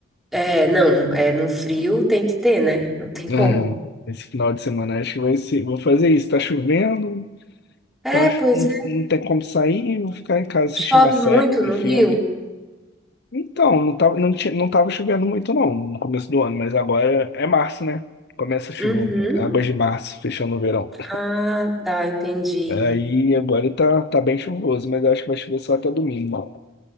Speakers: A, in the centre; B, on the left.
A: É, não, é, no frio tem que ter, né? Não tem como.
B: Aham. Esse final de semana acho que vai ser. Vou fazer isso. Tá chovendo,
A: É,
B: tá,
A: pois
B: não,
A: é.
B: não tem como sair, vou ficar em casa assistindo
A: Chove
B: uma série,
A: muito no
B: um filme.
A: Rio?
B: Então, não tava, não tinha, não tava chovendo muito não no começo do ano, mas agora é março, né? Começa a chuva,
A: Uhum.
B: né? águas de março, fechando o verão.
A: Ah, tá, entendi.
B: Aí agora tá, tá bem chuvoso, mas eu acho que vai chover só até domingo.